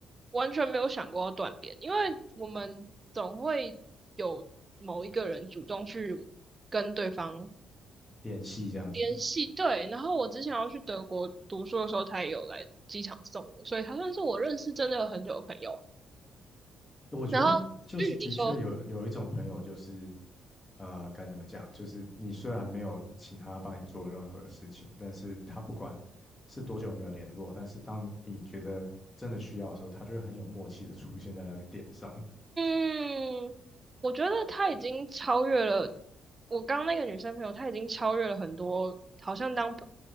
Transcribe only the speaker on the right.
完全没有想过要断联，因为我们总会有某一个人主动去跟对方
联系，对，然后我之前要去德国读书的时候，他也有来机场送我，所以他算是我认识真的很久的朋友。
然后，嗯，你说，
嗯，我觉得她已经超越了我刚刚那个女生朋友，她已经超越了很多好像当朋